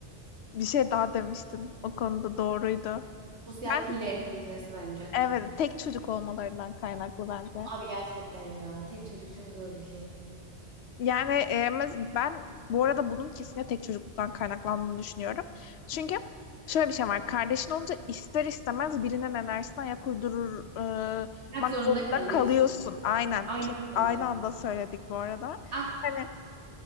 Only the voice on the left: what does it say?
Bir şey daha demiştin. O konuda doğruydu.
Ben
Evet, tek çocuk olmalarından kaynaklı bence.
Yani e, mez- ben bu arada bunun kesinlikle tek çocukluktan kaynaklandığını düşünüyorum. Çünkü şöyle bir şey var. Kardeşin olunca ister istemez birinin enerjisine ayak uydurmak
zorunda
kalıyorsun. Aynen.
Ke-
Aynı anda söyledik bu arada.
Hani